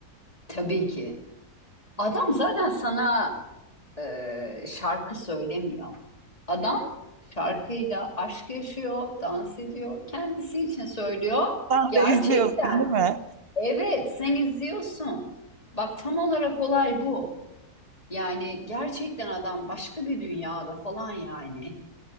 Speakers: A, on the left; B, on the right.
A: Tabii ki. Adam zaten sana e, şarkı söylemiyor. Adam şarkıyla aşk yaşıyor, dans ediyor, kendisi için söylüyor.
B: Sen
A: Gerçekten.
B: de izliyorsun değil mi?
A: Evet, sen izliyorsun. Bak tam olarak olay bu. Yani gerçekten adam başka bir dünyada falan yani.